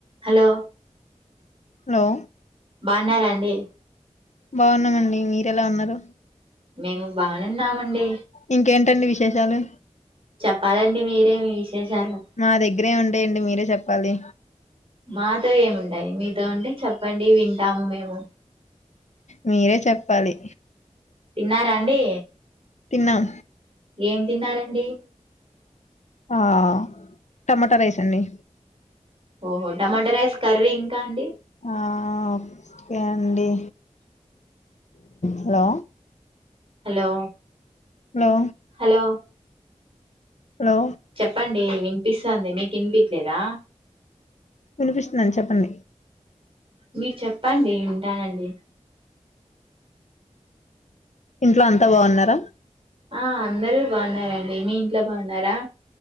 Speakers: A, on the right; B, on the left.
A: hello
B: hello
A: బాగున్నారాండి
B: బాగున్నామండి మీరెలా ఉన్నరు
A: మేము బానేన్నామండి
B: ఇంకేంటండి విశేషాలు
A: చెప్పాలండి మీరేమి విశేషాలు
B: మా దగ్గరే ఉంటాయండి మీరే చెప్పాలి
A: మాతో ఏముంటాయి మీతో ఉంటే చెప్పండి వింటాము మేము
B: మీరే చెప్పాలి
A: తిన్నారా అండి
B: తిన్నాం
A: ఏం తిన్నారండి
B: ఆ టమాటా రైస్ అండి
A: ఓహో టమాటా రైస్ కర్రీ ఇంకా అండి
B: ఆ ఓకే అండి hello
A: hello
B: hello
A: hello
B: hello
A: చెప్పండి వినిపిస్తుంది మీకు వినిపిట్లేదా
B: వినిపిస్తుదండి చెప్పండి
A: మీరు చెప్పండి వింటానండి
B: ఇంట్లో అంతా బాగున్నారా
A: ఆ అందరూ బాగున్నారండి మీ ఇంట్లో బాగున్నారా